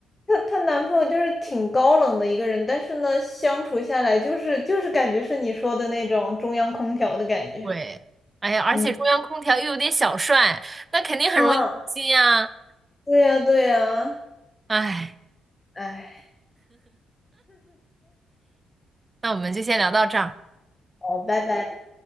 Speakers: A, on the left; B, on the right.
A: 她她男朋友就是挺高冷的一个人，但是呢，相处下来就是就是感觉是你说的那种中央空调的感觉。
B: 对，哎呀，而且中央空调又有点小帅，
A: 嗯，
B: 那肯定很容易心呀。
A: 啊，对呀，对呀，
B: 哎，
A: 哎，
B: 那我们就先聊到这儿。
A: 好，拜拜。